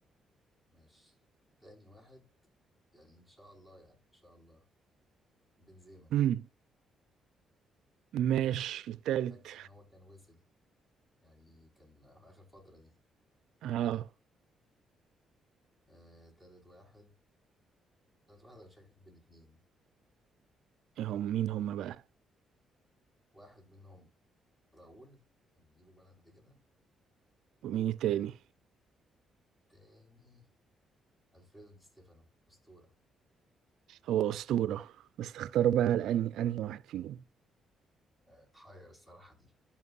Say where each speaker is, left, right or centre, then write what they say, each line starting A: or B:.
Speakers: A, on the left; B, on the right.
A: ماشي تاني واحد يعني ان شاء الله يعني ان شاء الله بنزيما
B: مم. ماشي التالت
A: فاكر ان هو كان وصل يعني كان اخر فترة دي
B: اه
A: آه تالت واحد تالت واحد انا شاكك بين اتنين
B: إيه هم مين هم بقى
A: واحد منهم راؤول كان بيجيب جوان قد كده
B: ومين التاني
A: تاني الفريدو دي ستيفانو اسطورة
B: هو أسطورة بس تختار بقى لأني أنهي واحد فيهم
A: آه، اتحير الصراحة دي